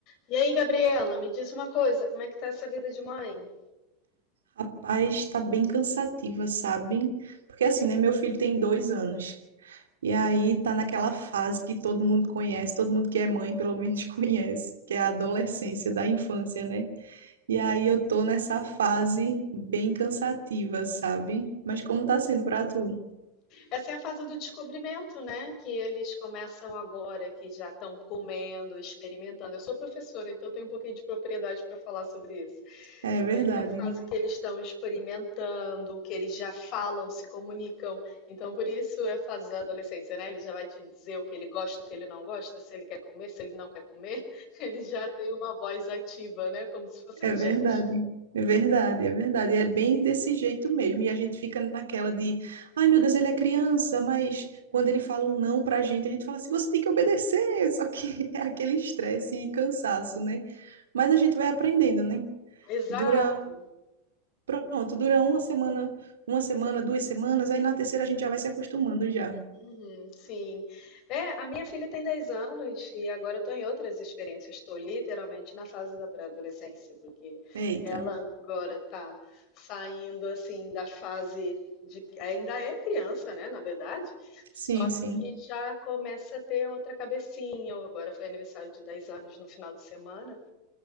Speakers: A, on the left (about 45°); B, on the right (about 70°).
A: E aí, Gabriela, me diz uma coisa, como é que tá essa vida de mãe?
B: Rapaz, tá bem cansativa, sabe? Porque assim, né? Meu filho tem dois anos. E aí tá naquela fase que todo mundo conhece, todo mundo que é mãe, pelo menos, <laughs> conhece, que é a adolescência da infância, né? E aí eu tô nessa fase bem cansativa, sabe? Mas como tá sendo pra tu?
A: Essa é a fase do descobrimento, né? Que eles começam agora, que já estão comendo, experimentando. Eu sou professora, então tenho um pouquinho de propriedade para falar sobre isso.
B: É verdade.
A: E aí é a fase que eles estão experimentando, que eles já falam, se comunicam. Então, por isso é a fase da adolescência, né? Ele já vai te dizer o que ele gosta, o que ele não gosta, se ele quer comer, se ele não quer comer. <laughs> Ele já tem uma voz ativa, né? Como se fossem
B: É verdade.
A: gente.
B: É verdade, é verdade. É bem desse jeito mesmo. E a gente fica naquela de, ai meu Deus, ele é criança, mas quando ele fala um não pra gente, a gente fala assim, você tem que obedecer. Só que <laughs> é aquele estresse e cansaço, né? Mas a gente vai aprendendo, né?
A: Exato.
B: Dura, pronto, dura uma semana, uma semana, duas semanas, aí na terceira a gente já vai se acostumando já.
A: Hum, sim. É, a minha filha tem 10 anos e agora estou em outras experiências. Estou literalmente na fase da pré-adolescência, porque
B: Eita.
A: ela agora está saindo assim da fase de. Ainda é criança, né? Na verdade, só
B: Sim, sim.
A: que já começa a ter outra cabecinha. Agora foi aniversário de 10 anos no final de semana.